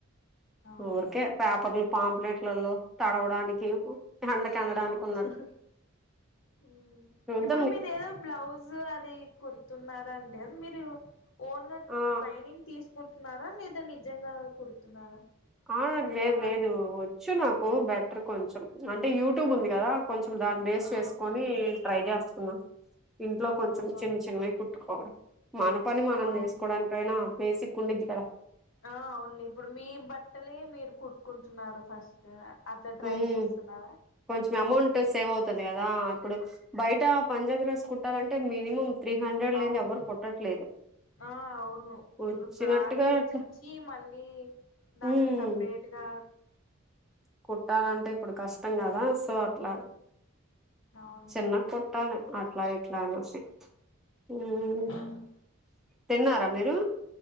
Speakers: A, on the left; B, in the centre.
A: అవును
B: ఊరికే పేపర్లు పాంప్లెట్లలో తడవడానికి హండ కనడానికి
A: ఆ
B: ఉన్నట్టు
A: మ్మ్
B: ఉమ్
A: ఇప్పుడు మీరు ఏదో బ్లౌజ్ అది కుర్తున్నరా అండి మీరు ఓన్ గా
B: ఆ
A: ట్రైనింగ్ తీసుకుంటున్నారా లేదా నిజంగా కుడుతున్నారా
B: ఆ
A: బయట
B: లేదు
A: వాళ్ళు
B: లేదు వచ్చు నాకు బెటర్ కొంచెం అంటే యూట్యూబ్ ఉంది కదా కొంచెం దాని బేస్
A: ఆ
B: చేసుకొని ట్రై చేస్తున్నా ఇంట్లో
A: ఆహా
B: కొంచెం చిన్న చిన్నవి కుట్టుకోవాలి మన పని మనం
A: అవును
B: చేసుకోవడానికైనా బేసిక్ ఉండిద్ది కదా
A: ఆ అవునులే ఇప్పుడు మీ బట్టలే మీరు కుట్టుకుంటున్నారు ఫస్ట్ అట్లా ట్రై
B: ఉమ్
A: చేస్తున్నారా
B: కొంచెం అమౌంట్ సేవ్ అవుతాది కదా ఇప్పుడు బయట పంజాబీ డ్రెస్ కుట్టాలంటే మినిమం త్రీ హండ్రెడ్ లేనిది
A: అవును
B: ఎవ్వరు కుట్టట్లేదు
A: ఆ అవును
B: వచ్చినట్టుగా
A: ఇప్పుడు క్లాత్ తెచ్చిచ్చి
B: అట్లా
A: మళ్ళీ దాన్లకి
B: ఉమ్
A: సపరేట్ గా
B: కుట్టాలంటే ఇప్పుడు కష్టం కదా సో అట్లా
A: అవును
B: చిన్నగా కొట్టను అట్లా ఇట్లా అనేసి ఉమ్
A: మ్మ్
B: తిన్నారా మీరు